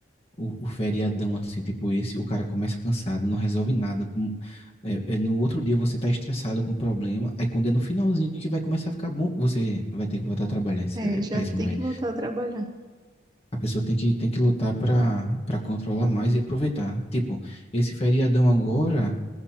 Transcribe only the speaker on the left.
o, o feriadão assim, tipo esse, o cara começa cansado, não resolve nada. Hum, é, é, no outro dia você tá estressado com um problema, aí quando é no finalzinho que vai começar a ficar bom, você vai ter que voltar a trabalhar. Isso
é
péssimo,
velho.
A pessoa tem que, tem que lutar para para controlar mais e aproveitar. Tipo, esse feriadão agora